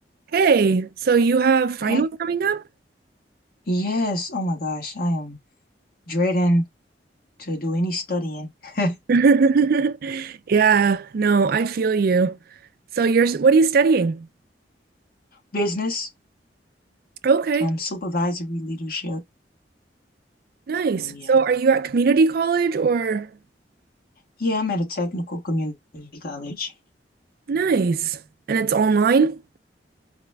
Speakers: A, on the right; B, on the left.
A: Hey, so you have finals
B: Hey,
A: coming up?
B: yes. Oh my gosh, I am dreading to do any studying. <laughs>
A: <laughs> Yeah, no, I feel you. So you're, what are you studying?
B: Business,
A: Okay,
B: um, supervisory leadership.
A: nice.
B: Mm, Yeah.
A: So are you at community college or?
B: Yeah, I'm at a technical community college.
A: Nice. And it's online?